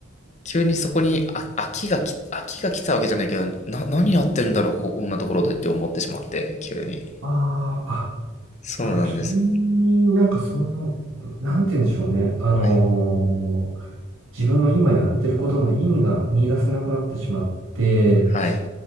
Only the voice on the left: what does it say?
急にそこにあ飽きがき、飽きが来たわけじゃないけど、な、何やってるんだろう、ここんなところでって思ってしまって、急に。
そうなんです。
はい。はい。